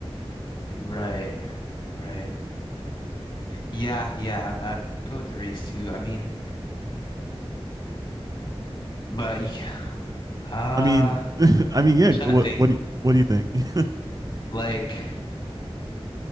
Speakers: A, on the left; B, on the right.
A: Right. Right. Yeah. Yeah. I'd, I'd go with the race too. I mean, but you, ca- uh,
B: I mean, <laughs> I mean, yeah.
A: I'm trying
B: What
A: to think.
B: what do you, what do you think? <laughs>
A: Like,